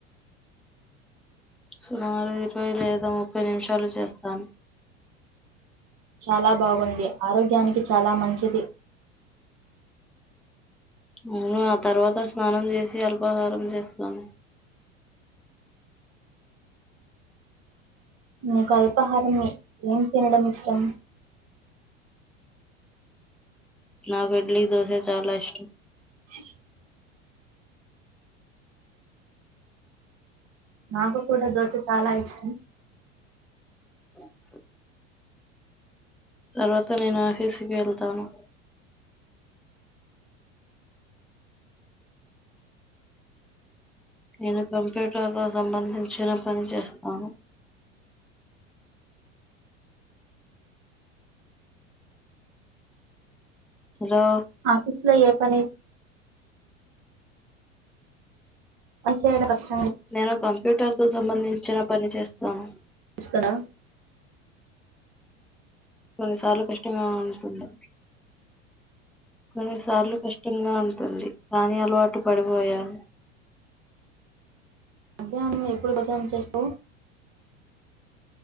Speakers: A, in the centre; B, on the right.
A: సుమమారు ఇరవై లేదా ముప్పై నిమిషాలు చేస్తాను
B: చాలా బాగుంది ఆరోగ్యానికి చాలా మంచిది
A: అవును ఆ తర్వాత స్నానం చేసి అల్పాహారం చేస్తాను
B: నీకు అల్పాహారాన్ని ఏం తినడం ఇష్టం
A: నాకు ఇడ్లీ దోశ చాలా ఇష్టం
B: <inaudible> నాకు కూడా దోశ చాలా ఇష్టం
A: <inaudible> తర్వాత నేను ఆఫీసుకిి వెళ్తాను నేను కంప్యూటర్తో సంబంధించిన పని చేస్తాను హలో
B: ఆఫీస్ లో ఏ పని పని చేయడం కష్ట
A: నేను కంప్యూటర్ తో సంబంధించిన పని చేస్ తను
B: ఇస్తరా
A: కొన్ని సార్లు కష్టంగా ఉంటుంది కొన్నిసార్లు కష్టంగా ఉంటుంది కానీ అలవాటు పడిపోయాను
B: మధ్యాహ్నం ఎప్పుడు భోజనం చేస్తావు